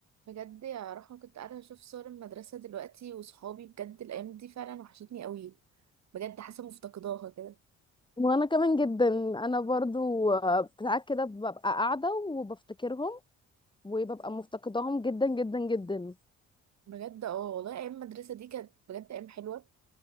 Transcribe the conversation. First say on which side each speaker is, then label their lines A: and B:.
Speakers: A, on the right (about 65°); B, on the left (about 15°).
A: بجد يا رحمة كنت قاعدة بشوف صور المدرسة دلوقتي وصحابي بجد الأيام دي فعلا وحشتني قوي بجد حاسة مفتقداها كده
B: وانا كمان جدا انا برضو آه، ساعات كده ببقى قاعده وبفتكرهم وببقى مفتقداهم جدا جدا جدا
A: بجد اه والله أيام المدرسة دي كانت بجد أيام حلوة